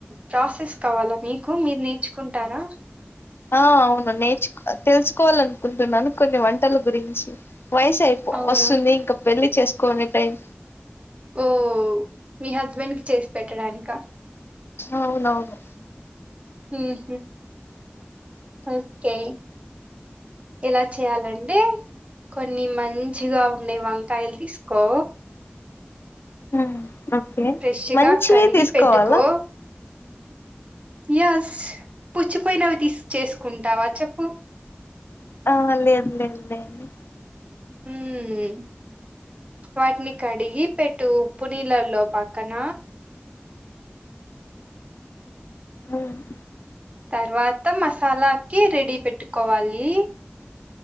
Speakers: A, on the right; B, on the left.
A: ప్రాసెస్ కావాలా మీకు, మీరు నేర్చుకుంటారా?
B: ఆ అవును నేర్చు తెలుసుకోవాలనుకుంటున్నాను కొన్ని వంటల గురించి. వయసైపో
A: అవునా
B: వస్తుంది ఇంక పెళ్లి చేసుకోనే టైం.
A: ఓ మీ హస్బెండ్ కి చేసి పెట్టడానిక?
B: అవునవును
A: ఉహు ఓకే ఎలా చెయాలండి? కొన్ని మంచిగా ఉండే వంకాయలు తీసుకో.
B: ఉమ్ ఓకే,
A: ఫ్రెష్
B: మంచివే
A: గా కడిగి
B: తీసుకోవాలా?
A: పెట్టుకో యస్, పుచ్చిపోయినవి తీస్ చేసుకుంటావా చెప్పు?
B: ఆ లేదు లేదు లేండి.
A: ఉమ్ వాటిని కడిగి పెట్టు, ఉప్పు నీలల్లో పక్కన
B: ఉమ్
A: తర్వాత మసాలాకి రెడీ పెట్టుకోవాలి.